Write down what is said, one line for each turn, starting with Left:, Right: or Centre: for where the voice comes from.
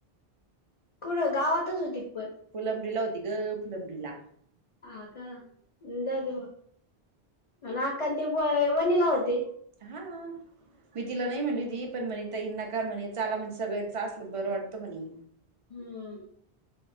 Left: कुठं गावातच होती? पण
Right: फुलब्रीला होती ग फुलब्रीला.
Left: आ का जाऊ दे मग अनं आका ते अ वनीला होते.
Right: हां. मी तिला नाही म्हटली ती पण म्हणे ताई नका म्हणे चाला म्हण सगळं चलं बरं वाटतं म्हणे.
Left: हम्म.